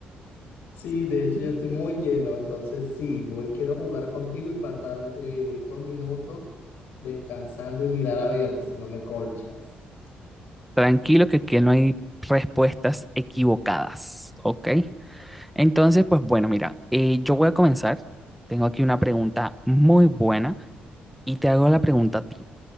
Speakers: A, on the left; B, in the centre.
A: Sí, de hecho yo estoy muy lleno, entonces sí, voy, quiero jugar contigo y pasar eh, estos minutos descansando y mirar a ver si no me colchas.
B: Tranquilo que aquí no hay respuestas equivocadas, ¿ok? Entonces, pues bueno, mira, eh, yo voy a comenzar. Tengo aquí una pregunta muy buena y te hago la pregunta a ti.